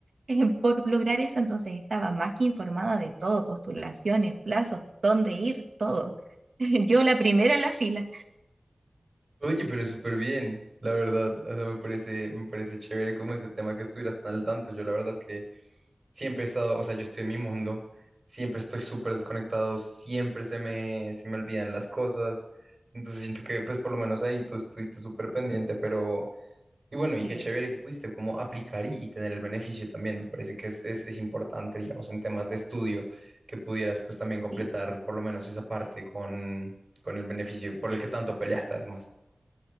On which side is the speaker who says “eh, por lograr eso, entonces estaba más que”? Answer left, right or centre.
Right